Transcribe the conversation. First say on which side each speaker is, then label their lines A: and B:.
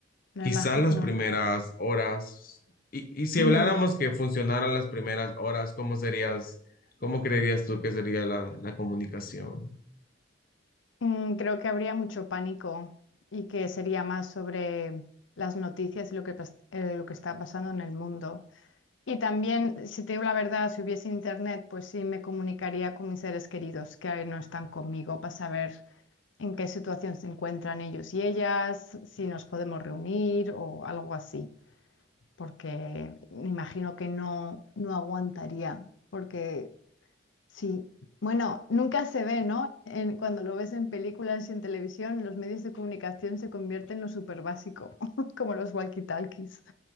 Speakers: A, on the left; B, on the left.
A: No
B: quizás
A: imagino.
B: las primeras horas, y, y si
A: Mm,
B: habláramos que funcionaran las primeras horas, ¿cómo serías, cómo creerías tú que sería la, la comunicación?
A: mm, creo que habría mucho pánico y que sería más sobre las noticias y lo que, pas- eh, lo que está pasando en el mundo. Y también, si te digo la verdad, si hubiese internet, pues sí me comunicaría con mis seres queridos que ahí no están conmigo para saber en qué situación se encuentran ellos y ellas, si nos podemos reunir o algo así, porque me imagino que no, no aguantaría, porque sí, bueno, nunca se ve, ¿no? En- cuando lo ves en películas y en televisión, los medios de comunicación se convierten en lo súper básico, <laughs> como los walkie-talkies.